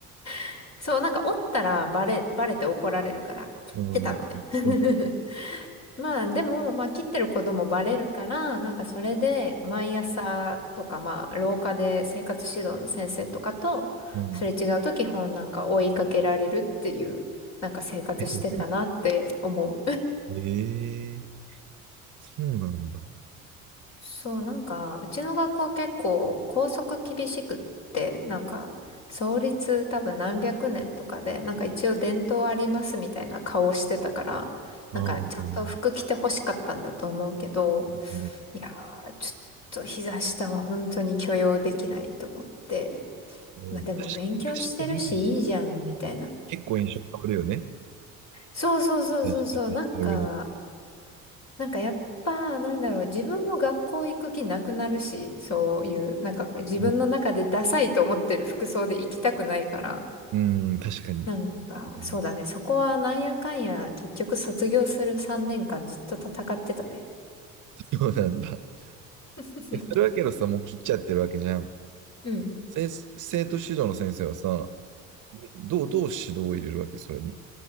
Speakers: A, on the left; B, on the right.
A: <laughs> そう、なんか折ったらバレ、バレて怒られるから切ってたのね。
B: うん。うん。
A: <laughs> まあでも、まあ切ってることもバレるから、なんかそれで毎朝とかまあ廊下で生活指導の先生とかとそれ違うと基本なんか追いかけられるっていうなんか生活してたなって思う。
B: うん <laughs> ええそうなんだ。あ
A: そう、なんかうちの学校結構校則厳しくって、なんか創立多分何百年とかで、なんか一応伝統ありますみたいな顔してたから、
B: あ、
A: なんかちゃんと服着て欲しかったんだと思うけど、
B: なるほど。
A: いやー、ちょっと膝下は本当に許容できないと思って。
B: うん、
A: まあでも勉強してるしいいじゃん、
B: 確か確かに、
A: みたいな。
B: 結構印象変わるよね。
A: そうそうそうそうそう。
B: 大事だと言った上で。
A: なんか、なんかやっぱ、なんだろう、自分も学校行く気なくなるし、そういう、なんか自分の中でダサいと思ってる服装で行きたくないから。
B: うん、うん確かに。
A: なんか、
B: <laughs>
A: そうだね、そこはなんやかんや、結局卒業する3年間ずっと戦ってたね。
B: そうなんだ。
A: <laughs>
B: え、それはけどさ、もう切っちゃってるわけじゃん。
A: うん。
B: 先生徒指導の先生はさ、どう、どう指導を入れるわけ、それに。